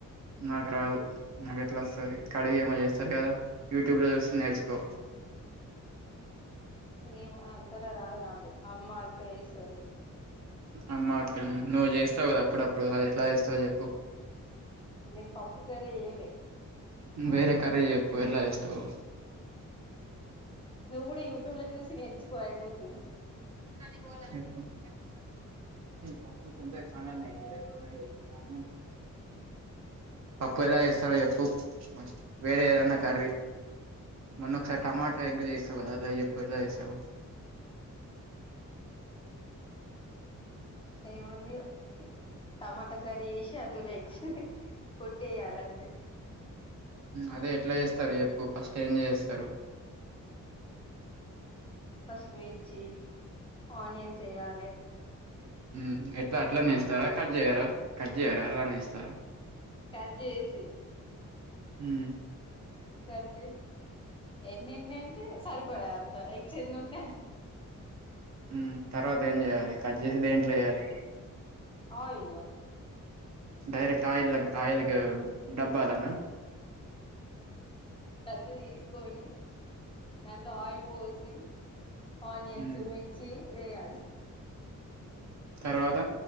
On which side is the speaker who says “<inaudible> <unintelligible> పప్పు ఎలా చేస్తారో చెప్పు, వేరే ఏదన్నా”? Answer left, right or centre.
Right